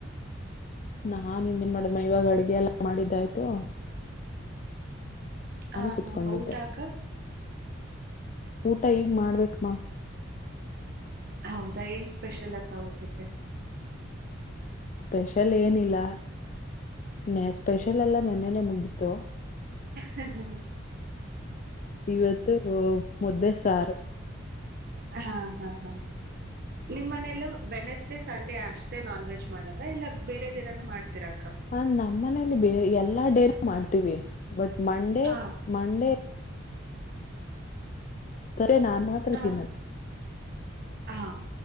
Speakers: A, on the left (about 40°); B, on the right (about 50°).
A: ನಾನ್ ಇನ್ನೆನ್ ಮಾಡಮ್ಮ ಇವಾಗ್ ಅಡ್ಗೆ ಎಲ್ಲ ಮಾಡಿದ್ದಾಯಯ್ತು.
B: ಹಾ
A: ಕುೂತ್ಕೊಂಡಿದ್ದೆ
B: ಹಾ ಹ ಊಟಕ್ಕ.
A: ಊಟ ಈಗ್ ಮಾಡ್ಬೇಕಕ್
B: ಹೌ ತೈಏನ್ ಸ್ಪೆಷಲ್ ಆಕ ಊಟಕ್ಕೆ
A: ಸ್ಪೆಷಲ್ ಏನಿಲ್ಲ ನ ಸ್ಪೆಷಲ್ ಎಲ್ಲ ನೆನ್ನೆನೆ ಮುಗೀಿತು
B: ಹ್ಮ್
A: ಇವತ್ತು ಮುದ್ದೆ ಸಾರು
B: ಹಾ ಹಾ ಹಾ ನಿಮ್ಮ ಮನೆಯಲ್ಲ ವೆನಸ್ಡೇ ಸ ಅಷ್ಟೇ ನಾನ್ ವೆಜ್ ಮಾಡದ ಇಲ್ಲ ಬೇರೆ ದೇನನು ಮಾಡ್ತಿೀರಾ
A: ಹಾ ನಮ್ಮ್ ಮನೇಲಿ ಬೇ ಎಲ್ಲಾ ಡೇರಿ ಮಾಡ್ತೀವಿ ಬಟ್ ಮಂಡೇ
B: ಹಾ
A: ಮಂಡೇ ತರೆ ನಾನ್ ಮಾತ್ರ
B: ಹ
A: ತಿನ್ನಲ್ಲ
B: ಹಾ